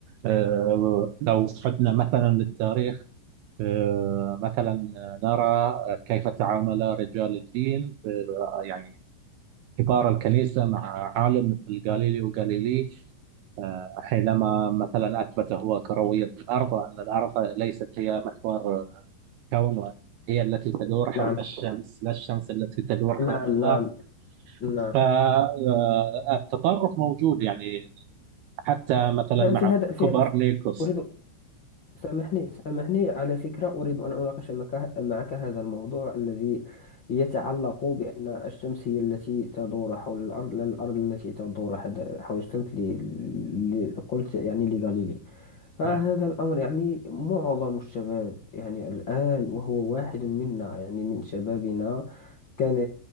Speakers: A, on the right; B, on the left.
A: آه، لو عدنا مثلا للتاريخ آه، مثلا نرى كيف تعامل رجال الدين في- يعني كبار الكنيسة مع عالم مثل غاليليو غاليلي حينما مثلا أثبت هو كروية الأرض وأن الأرض ليست هي محور الكون وأن هي التي تدور حول
B: نعم
A: الشمس لا الشمس التي تدور حول
B: نعم
A: الأرض
B: نعم نعم
A: فالتطرف موجود يعني حتى مثلا
B: نعم
A: مع
B: في هذا في
A: كوبرنيكوس
B: أريد سامحني سامحني على فكرة أريد أن أناقش معك معك هذا الموضوع الذي يتعلق بأن الشمس هي التي تدور حول الأرض لا الأرض التي تدور حد- حول الشمس ل... ل... قلت يعني لغاليليو فهذا
A: نعم
B: الأمر يعني معظم الشباب يعني الآن وهو واحد منا يعني من شبابنا كان